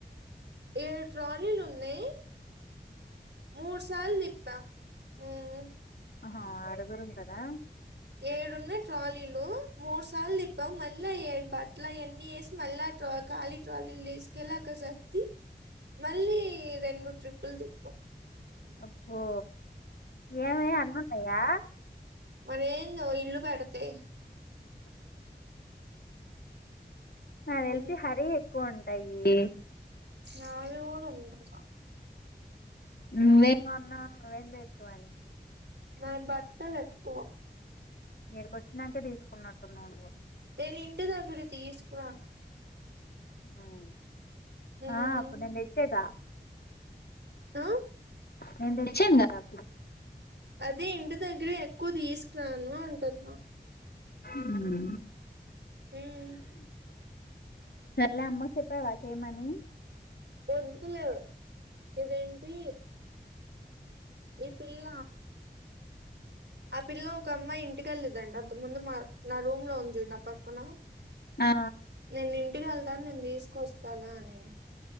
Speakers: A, on the right (about 85°); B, on the left (about 65°).
A: ఏడు ట్రాలీలు ఉన్నాయి మూడు సార్లు తిప్పాం ఆమ్
B: ఆహ ఆరుగురం కదా
A: ఏడున్నాయి ట్రాలీలు మూడు సార్లు తిప్పావు మళ్ళా ఏ బట్టలు అయి అన్ని వేసి మళ్ళా ట్రా ఖాళి ట్రలీలు తీసుకెళ్లి అక్క ఒకసారి తి మళ్ళీ రెండు ట్రిప్పులు తిప్పవు
B: అబ్బో ఏమి అన్ని ఉంటాయా
A: మన ఏంది ఒక్క ఇల్లు కడితే
B: నాకు
A: మ్మ్
B: తెలిసి హరి ఎక్కువ ఉంటాయి
A: నాది కుడ ఉదంటా
B: నువ్వు ఎం కొన్నా నువ్వు ఎమి తెచ్చినావ్ అని
A: నాకు బట్టలు ఎక్కువ
B: ఇడికి వచ్చినాంకే తీసుకుంటున్నట్టున్నాను పో
A: నేను ఇంటి దగ్గరకు తీసుకురాను
B: ఉమ్
A: మ్మ్
B: ఆ అప్పుడు నేను తెచ్చగా
A: ఆ
B: నేను తెచ్చాను కదా అప్పుడు
A: అదే ఇంటి దగ్గర ఎక్కువ తీసుకురాను అంటున్నా
B: ఉమ్
A: మ్మ్
B: సరలే అమ్మకు చెప్పేవా చేయి మనీ
A: వద్దులే మే ఇదేంటి ఈ పిల్ల ఆ పిల్ల ఒక అమ్మాయి ఇంటికెళ్ళిదంట అంతకు ముందు మా నా రూమ్ లో ఉంది చుడు నా పక్కన
B: ఆ
A: నేను ఇంటికి వెళ్తాను నేను తీసుకొస్తాను అనింది